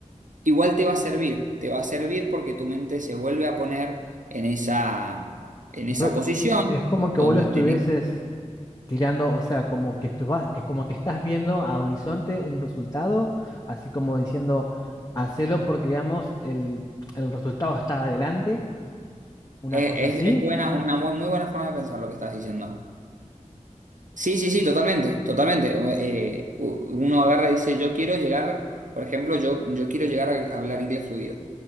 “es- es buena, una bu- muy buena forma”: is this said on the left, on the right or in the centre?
Right